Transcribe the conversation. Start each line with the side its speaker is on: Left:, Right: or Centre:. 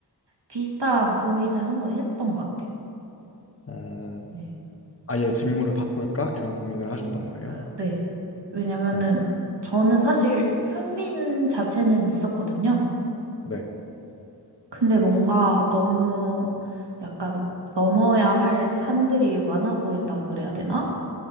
Right: 비슷한 고민을 한번 했던 것 같아요.
Left: 어,
Right: 네.
Left: 아예 직무를 바꿀까? 이런 고민을 하셨던 거예요?
Right: 어, 네. 왜냐면은
Left: 어,
Right: 저는 사실 흥미는 자체는 있었거든요.
Left: 네,
Right: 근데 뭔가 너무 약간 넘어야 할 산들이 많아 보인다 그래야 되나?